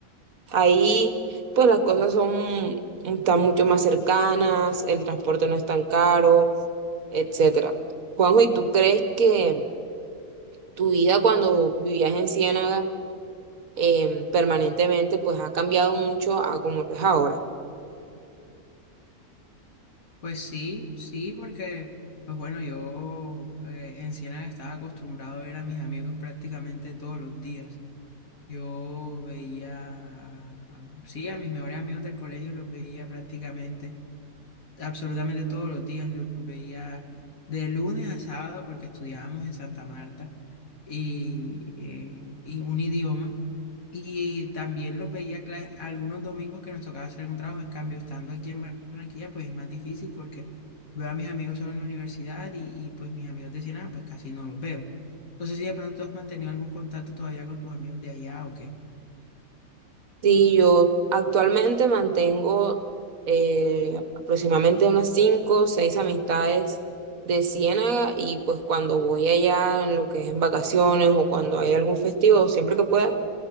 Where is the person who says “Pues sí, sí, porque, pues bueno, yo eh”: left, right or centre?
Left